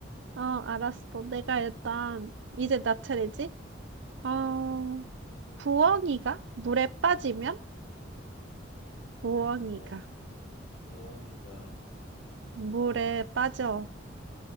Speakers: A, on the right; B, on the left.
A: 어, 알았어. 내가 일단, 이제 나 차례지? 어,
B: 어,
A: 부엉이가? 물에 빠지면? 부엉이가.
B: 부, 부엉이가,
A: 물에
B: 아,
A: 빠져.